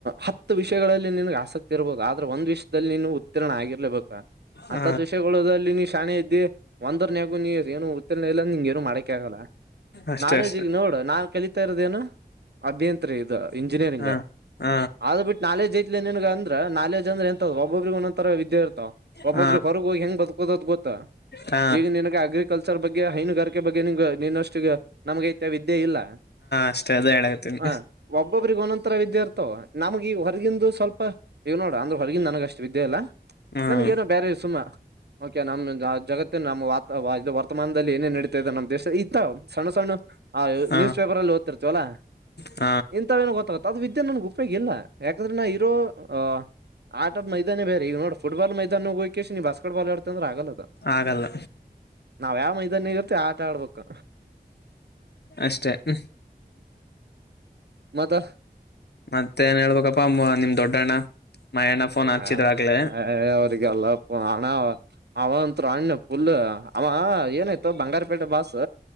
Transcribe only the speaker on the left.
ಹ
ಅಷ್ಟೇ
ಅಷ್ಟೆ
ಹ ಹ
ಹ
ಹ ಹ
ಅಷ್ಟೇ ಅದೇ ಹೇಳಕತ್ತೀನಿ
ಹ್ಮ್
ಹ
ಹ
ಆಗಲ್ಲ
ಅಷ್ಟೆ ಉಹ್ಮ್
ಮತ್ತೆ ಏನ್ ಹೇಳ್ಬೇಕಪ್ಪ ಅಮ್ಮ ನಿಮ್ ದೊಡ್ಡಣ್ಣ ಮಯಣ್ಣ ಫೋನ್ ಹಚ್ಚಿದ್ರಾಗ್ಲೇ